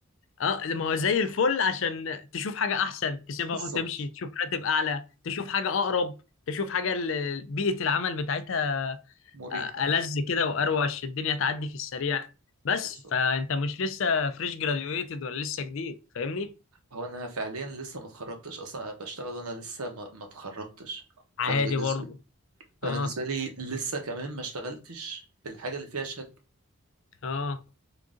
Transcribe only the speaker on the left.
اه ما هو زي الفل عشان تشوف حاجه احسن تسيبها
وتمشي تشوف راتب اعلى تشوف حاجه اقرب تشوف حاجه ال- بيئه العمل بتاعتها
آه، ألذ كده واروش الدنيا تعدي في السريع بس
فانت مش لسه فريش جراديويتد ولا لسه جديد فاهمني
عادي
برضه
اه
اه